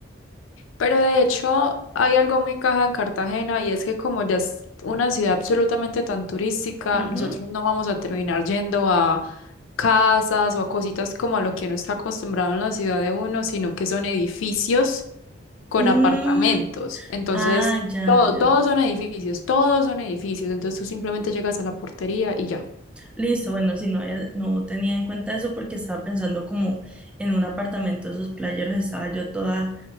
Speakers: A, on the left; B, in the centre.
A: Pero de hecho hay algo muy caja en Cartagena y es que como ya es una ciudad absolutamente tan turística,
B: Ujú.
A: nosotros no vamos a terminar yendo a casas o a cositas como a lo que uno está acostumbrado en la ciudad de uno, sino que son edificios con
B: Mm,
A: apartamentos. Entonces,
B: ah, ya,
A: todo,
B: ya.
A: todos son edificios, todos son edificios. Entonces tú simplemente llegas a la portería y ya.
B: Listo, bueno, si no, había- no tenía en cuenta eso porque estaba pensando como en un apartamento de esos playeros, estaba yo toda